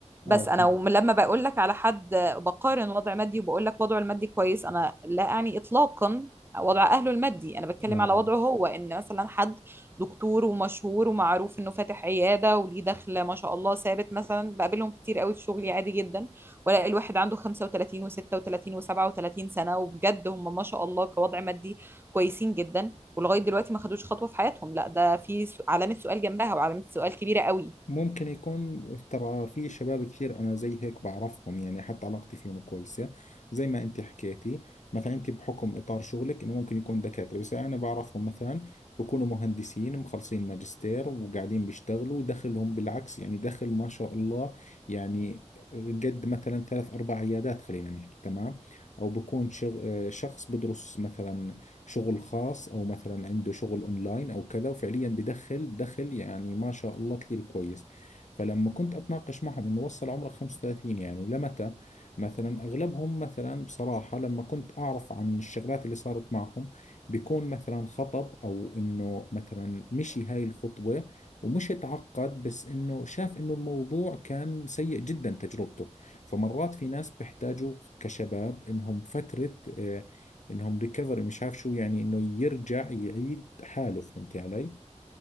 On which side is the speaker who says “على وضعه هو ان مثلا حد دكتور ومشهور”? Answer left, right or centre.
Right